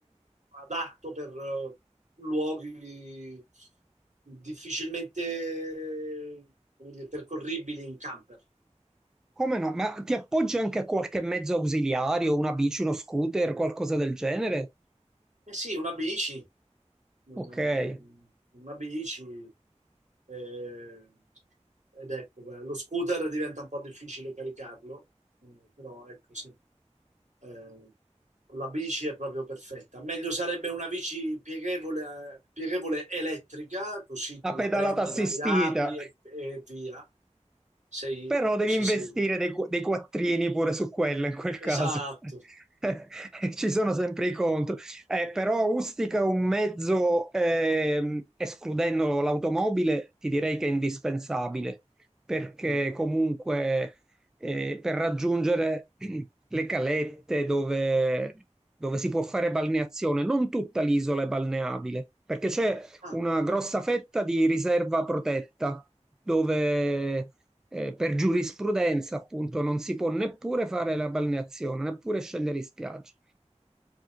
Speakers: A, on the right; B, in the centre.
A: adatto per eh, luoghi difficilmente, come dire, percorribili in camper.
B: Come no? Ma ti appoggi anche a qualche mezzo ausiliario, una bici, uno scooter, qualcosa del genere?
A: Eh sì, una bici. mm,
B: Ok. Eh,
A: una bici, eh, ed ecco, beh, lo scooter diventa un po' difficile caricarlo, eh, però ecco sì, eh, la bici è proprio perfetta. Meglio sarebbe una bici pieghevole, pieghevole elettrica, così tu
B: La
A: la
B: pedalata
A: prendi,
B: assistita.
A: la riapri e, e via. Sei,
B: Però
A: così
B: devi investire
A: sei.
B: dei, qu- dei quattrini pure su quello in quel caso.
A: Esatto. Sì.
B: <laughs> Ci sono sempre i contro. Eh, però Ustica un mezzo, ehm, escludendo l'automobile, ti direi che è indispensabile, perché
A: Mm.
B: comunque eh, per raggiungere <clears throat> le calette dove, dove si può fare balneazione, non tutta l'isola è balneabile, perché c'è
A: Ah.
B: una grossa fetta di riserva protetta dove eh, per giurisprudenza, appunto, non si può neppure fare la balneazione, neppure scendere in spiaggia.